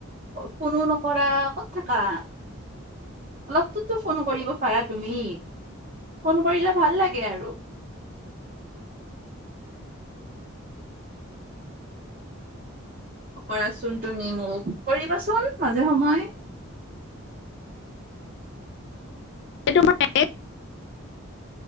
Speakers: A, on the right; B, on the left.
A: ফোনো নকৰা, ক'ত থাকা? অলপতোটো ফোন কৰিব পাৰা তুমি, ফোন কৰিলে ভাল লাগে আৰু কৰাচোন, তুমি মোক কৰিবাচোন, মাজে সময়ে
B: এইটো মই <unintelligible>